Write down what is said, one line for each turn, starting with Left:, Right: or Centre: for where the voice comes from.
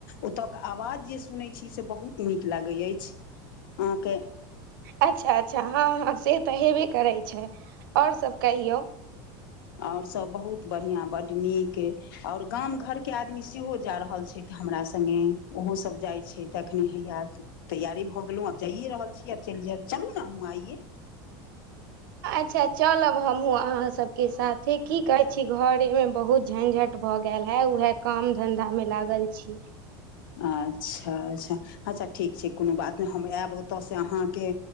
Left: ओतयक आवाज जे सुनैत छी से बहुत नीक लागैत अछि आहाँ के
Right: अच्छा अच्छा हँ हँ से तऽ हेबे करै छै आओर सब कहियऔ
Left: आऔर सब बहुत बढ़िया बड नीक आओर गांव घरके आदमी सेहो जा रहल छथि हमरा संगे ओहोसभ जाइत छै तखने है याद तैयारी भऽ गेलहुँ आब जाइयए रहल छी आ चलि जायब चलू ने हमहूँ आइये
Right: अच्छा चलब हमहुँ अहाँ सबके साथे की कहै छी घरे मे बहुत झंझट भऽ गेल है उहे काम धंधा में लागल छी
Left: अच्छा अच्छा अच्छा ठीक छै कोनो बात हम आयब ओतऽ से अहाँके